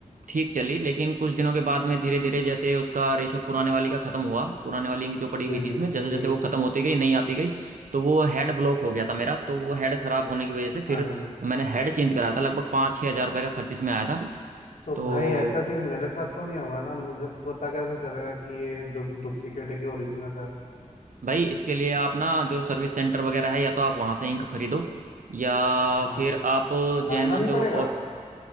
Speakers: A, on the right; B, on the left.
A: ठीक चली लेकिन कुछ दिनों के बाद में धीरे धीरे जैसे उसका रेशो पुराने वाली का खत्म हुआ पुराने वाली इंक जो पड़ी हुई
B: जी
A: थी इसमें
B: जी
A: जैसे जैसे
B: जी
A: वो खत्म होती गई नहीं आती गई तो वो हेड ब्लॉक हो गया था मेरा तो वो हेड खराब होने की वजह से फिर
B: अरे
A: मैंने हेड चेंज कराया था लगभग पाँच छः हज़ार रुपये का खर्च इसमें आया था
B: तो
A: तो
B: भाई ऐसा चीज मेरे साथ तो नहीं होगा ना मुझे पता कैसे चलेगा कि ये डु, डुप्लीकेट है कि ओरिजिनल है
A: भाई इसके लिए आप ना जो सर्विस सेंटर वगैरह है या तो आप वहां से इंक खरीदो या
B: हाँ
A: फिर आप
B: महंगा
A: जेनवन
B: नहीं
A: जो
B: पड़ेगा
A: और